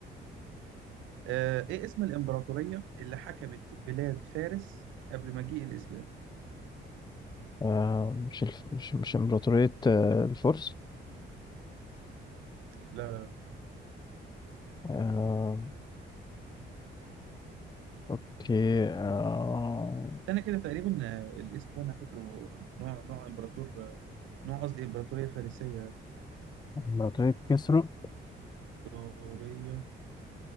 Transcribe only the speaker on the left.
آه، مش الف... مش مش إمبراطورية آه، الفرس
آه، أوكي آه،
لو طيب كسره